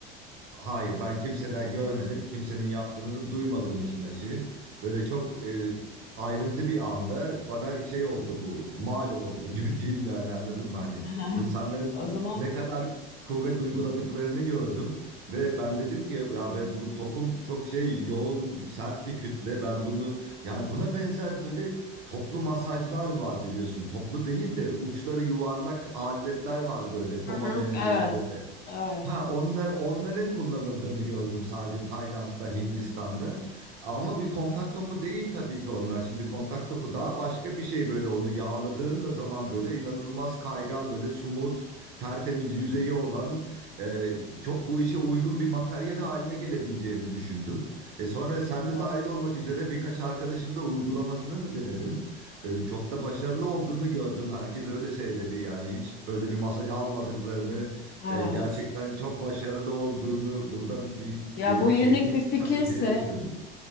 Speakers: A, on the right; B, on the left.
A: Hayır, ben kimseden görmedim. Kimsenin yaptığını da duymadım işin açığı. Böyle çok e, ayrıntı bir anda bana şey oldu bu, mal oldu <laughs> gibi diyeyim yani anladın mı? Hani
B: <laughs>
A: insanların
B: O zaman
A: ne kadar kuvvet uyguladıklarını gördüm ve ben dedim ki ya ben bu topum çok şey yoğun, sert bir kütle. Ben bunu yani buna benzer böyle toplu masajlar var biliyorsun. Toplu değil de uçları yuvarlak aletler var böyle topa
B: Hı hı.
A: benzeyen
B: evet,
A: böyle.
B: evet,
A: Ha onlar onların kullanıldığını gördüm sadece Tayland'da, Hindistan'da. Ama bu kontak topu değil tabii ki onlar. Şimdi kontak topu daha başka bir şey böyle onu yağladığın da zaman böyle inanılmaz kaygan böyle sumut, tertemiz yüzeyi olan e, çok bu işe uygun bir materyal haline gelebileceğini düşündüm. E sonra sen de
B: evet,
A: dahil olmak üzere birkaç arkadaşım da uygulamasını da denedim. E, çok da başarılı olduğunu gördüm. Herkes öyle söyledi yani hiç böyle bir masaj almadıklarını
B: evet.
A: e, gerçekten çok başarılı olduğunu, buradan bir
B: Ya
A: yeni
B: bu unik
A: bir teknik
B: bir
A: çıkabileceğini
B: fikirse,
A: söyledi.